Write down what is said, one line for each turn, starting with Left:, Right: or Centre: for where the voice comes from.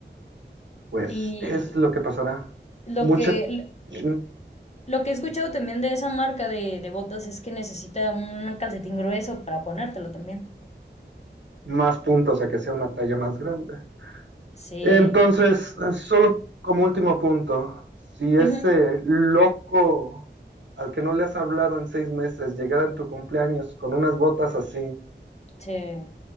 Right: Pues
Left: Y
Right: es lo que pasará.
Left: lo
Right: Muchas
Left: que,
Right: mm,
Left: lo que he escuchado también de esa marca de, de botas es que necesita un calcetín grueso para ponértelo también.
Right: más puntos a que sea una talla más grande.
Left: Sí.
Right: Entonces, eh, solo como último punto, si ese
Left: Ujú,
Right: loco al que no le has hablado en seis meses llegara en tu cumpleaños con unas botas así,
Left: Sí.